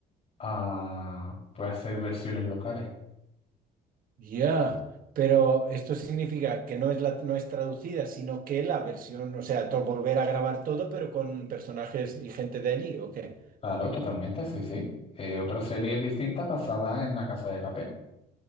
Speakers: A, on the left; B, on the right.
A: a pues, hacer versiones locales.
B: ya, Pero esto significa que no es la, no es traducida, sino que la versión, o sea, to- volver a grabar todo, pero con personajes y gente de allí, ¿o qué?
A: Claro, totalmente, sí, sí. Eh, otra serie distinta basada en La Casa de Papel.